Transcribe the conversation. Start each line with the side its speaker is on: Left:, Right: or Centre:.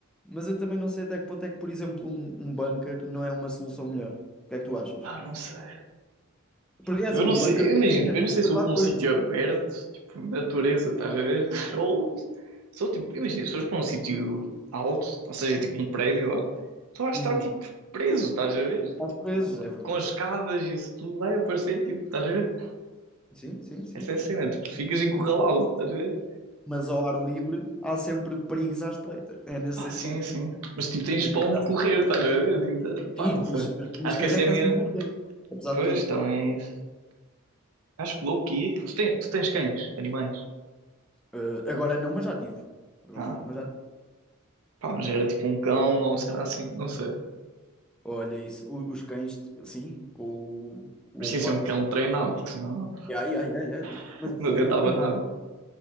Centre: Mas eu também não sei até que ponto é que, por exemplo, um, um bunker não é uma solução melhor. O que é que tu achas?
Right: Pá, não sei.
Centre: Porque
Right: Eu
Centre: é assim,
Right: não
Centre: o
Right: sei,
Centre: bunker.
Right: eu imagino, tipo, eu não sei se eu
Centre: Há
Right: para um
Centre: coisas.
Right: sítio aberto, tipo, natureza, estás a ver? <laughs> Ou, sou tipo, imagina, se fores para um sítio alto, ou seja, tipo um prédio lá, tu vais
Centre: Uhum.
Right: estar, tipo, preso, estás a ver? Tipo,
Centre: Há coisas, é verdade.
Right: com as escadas e isso tudo vai aparecer, tipo, estás a ver?
Centre: Sim, sim, sim.
Right: Essa é a cena, tipo, ficas encurralado, estás a ver?
Centre: Mas ao ar livre há sempre perigos à espreita. É nesse
Right: Pá,
Centre: sentido.
Right: sim, sim. Mas tipo, tens
Centre: E tu
Right: para
Centre: tens de estar-
Right: onde correr, estás a ver? Então, pá,
Centre: Sim,
Right: não
Centre: tens,
Right: sei.
Centre: mas
Right: Acho
Centre: mas tens
Right: que essa
Centre: é
Right: é
Centre: que
Right: a minha.
Centre: estar sempre atento. Apesar
Right: Pois,
Centre: de tudo.
Right: também é isso. Acho que low-key. Tu, ten- tu tens cães, animais.
Centre: Eh, agora não, mas já tive. Agora
Right: Ah,
Centre: não, mas já tive.
Right: pá, mas era tipo um cão ou sei lá assim, não sei.
Centre: Olha isso. o- os cães, sim, com o, o
Right: Parecia
Centre: olfato.
Right: ser um cão treinado, porque senão
Centre: Ai, ai, ai, ai.
Right: <laughs>
Centre: Mas isso
Right: não adiantava
Centre: era incrível.
Right: nada.